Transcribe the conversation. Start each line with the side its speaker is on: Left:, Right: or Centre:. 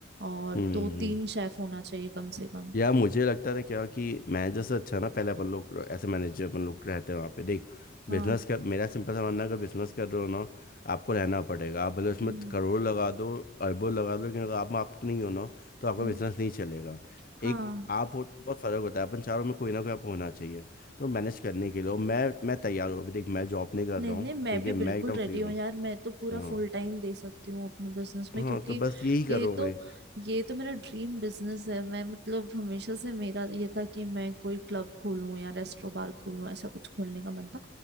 Right: और
Left: हम्म
Right: दो तीन शेफ होना चाहिए कम से कम
Left: यार मुझे लगता था क्या कि मैनेजर से अच्छा ना पहले अपन लोग ऐसे मैनेजर अपन लोग रहते हैं वहाँ पे देख
Right: हाँ
Left: बिजनेस कर मेरा सिंपल सा मानना है अगर बिजनेस कर रहे हो ना आपको रहना पड़ेगा आप भले उसमें
Right: हम्म
Left: करोड़ लगा दो अरबों लगा दो लेकिन अगर आप आप नहीं हो ना तो आपका
Right: हम्म,
Left: बिजनेस नहीं चलेगा
Right: हाँ
Left: एक आप हो तो बहुत फर्क होता है अपन चारों में कोई ना कोई आप होना चाहिए तो मैनेज करने के लिए और मैं मैं तैयार हूँ अभी देख मैं जॉब नहीं कर
Right: नहीं
Left: रहा
Right: नहीं
Left: हूँ
Right: मैं
Left: ठीक
Right: भी
Left: है
Right: बिल्कुल
Left: मैं एकदम
Right: रेडी
Left: फ्री हूँ
Right: हूँ यार मैं तो पूरा
Left: हाँ
Right: फुल टाइम दे सकती हूँ अपने बिजनेस में
Left: हाँ
Right: क्योंकि
Left: तो बस यही करो
Right: ये
Left: भाई
Right: तो ये तो मेरा ड्रीम बिजनेस है मैं मतलब हमेशा से मेरा ये था कि मैं कोई क्लब खोलूँ या रेस्टो बार खोलूँ ऐसा कुछ खोलने का मन था